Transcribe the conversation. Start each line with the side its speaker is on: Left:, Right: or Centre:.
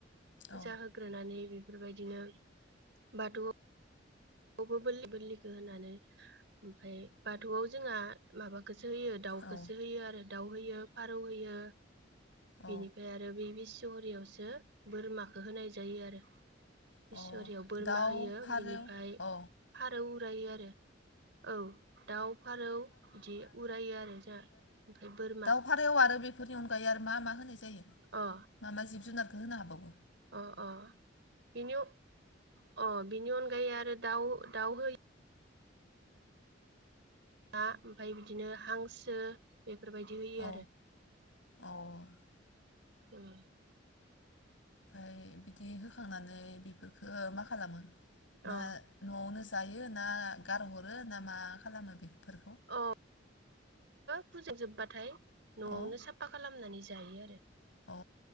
Right: फुजा
Left: औ
Right: होग्रोनानै बे बेफोरबायदिनो बाथौ बो बोलि बोलिखौ होनानै ओमफ्राय बाथौआव जोंहा माबा सो होयो दाउखौसो
Left: औ
Right: होयो आरो दाउ होयो, फारौ होयो।
Left: औ
Right: बिनिफ्राय आरो बे बिसहरियाव सो बोरमा बो होनाय जायो आरो
Left: अ
Right: बिसरियाव
Left: अ
Right: बोरमा
Left: दाउ
Right: होयो
Left: फारौ
Right: बिनिफ्राय
Left: औ
Right: फारौ उरायो आरो। औ दाउ फारौ बिदि उरायो आरो जा ओमफ्राय बोरमा।
Left: दाउ फारौ बेफोरनि अनगायै आरो मा मा होनो जायो
Right: अ
Left: माबा जिब जुनार गो होनो हाबावो
Right: अ अ बिनि अ बिनि अनगायै आरो दाउ दाउ हो ना ओमफ्राय बिदिनो हांसो बे फोरबायदि होयो
Left: औ
Right: आरो
Left: औ ओमफ्राय
Right: ओम
Left: ओमफ्राय बिदि हो खांनानै बेफोरफोरखो मा खालामो? ना
Right: अ
Left: न'आवनो जायो ना गारहरो ना मा खालामो बेफोर
Right: औ <unintelligible> फुजिजोबबाथाय। न'आवनो
Left: अ
Right: साफा खालामनानै जा जायो आरो
Left: अ